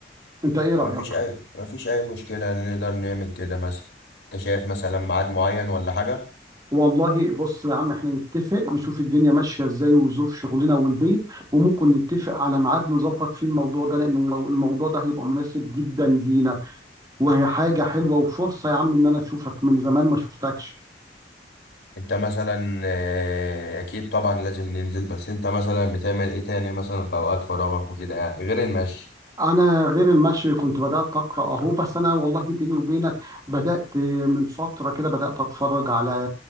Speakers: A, on the right; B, on the left.
A: انت ايه رايك
B: مفيش أي مفيش أي مشكلة نقدر نعمل كده مثلا أنت شايف مثلا ميعاد معين ولا حاجة؟
A: والله بص يا عم احنا نتفق نشوف الدنيا ماشيه ازاي وظروف شغلنا والبيت وممكن نتفق على ميعاد نظبط فيه الموضوع ده لان المو- الموضوع ده هيبقى مناسب جدا لينا وهي حاجه حلوه وفرصه يا عم ان انا اشوفك من زمان ما شفتكش
B: انت مثلا آه، اكيد طبعا لازم ننزل بس انت مثلا بتعمل ايه تاني مثلا في اوقات فراغك وكده يعني غير المشي
A: انا غير المشي كنت بدات اقرا اهو بس انا والله بيني وبينك بدات من فتره كده بدات اتفرج على